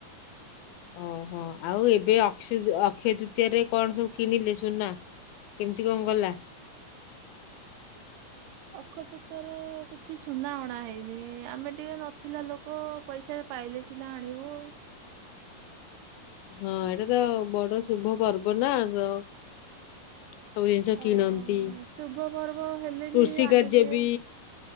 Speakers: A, on the left; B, on the right.
A: ଓହୋ ଆଉ ଏବେ ଅକ୍ସ୍ ଅକ୍ଷୟ ଦୃତୀୟରେ, କଣ ସବୁ କିନିଲେ ସୁୁନା? କେମିତି କଣ, ଗଲା?
B: ଅକ୍ଷତୂତରେ କିଛି ସୁନା ଅଣା ହେଇନି। ଆମେ ଟିକେ ନଥିଲା ଲୋକ ପଇସା ପାଇଲେ ସିନା ଆଣିିବୁ।
A: ହଁ ଏଇଟା ତ ବଡ ଶୁଭ ପର୍ବ ନା ତ ସବୁ ଜିନିଷ
B: ଅ
A: କିଣନ୍ତି।
B: ଶୁଭ ପର୍ବ ହେଲେ
A: କୃଷି
B: ବି ଆମେ
A: କାର୍ଯ୍ୟବି
B: ଟିକେ